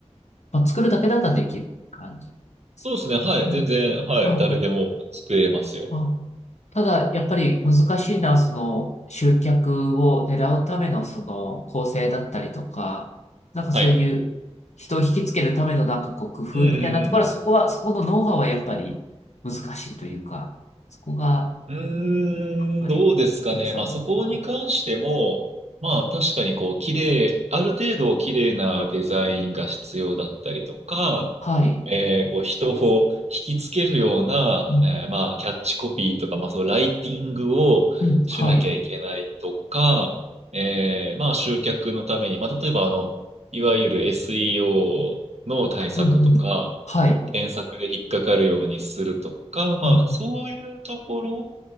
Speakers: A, on the left; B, on the right.
A: まあ、作るだけだったらできる感じですか。
B: そうですね、はい、
A: うん。
B: 全然、はい、
A: ああ、
B: 誰でも作れますよ。
A: あはあ。ただ、やっぱり難しいのは、その、集客を狙うための、その、構成だったりとか、なんかそういう、
B: はい。
A: 人を引きつけるための、なんかこう、工夫みたいなところは、
B: うんうんうんうん。
A: そこは、そこのノウハウはやっぱり難しいというか、そこが、やっ
B: うーん、
A: ぱり、
B: どうですかね。
A: 皆さん、
B: まあそこに関しても、
A: あの、
B: まあ確かにこう綺麗、ある程度綺麗なデザインが必要だったりとか、
A: はい、
B: えーこう人を引きつけるような、
A: うん、
B: えーまあキャッチコピーとか、まあそうライティングをしなきゃいけないとか、
A: うん、はい、
B: えーまあ集客のために、まあ例えばあの、いわゆる SEO の対策とか、
A: うん、うん、はい、
B: 検索で引っかかるようにするとか、まあそういうところ
A: うん、うん、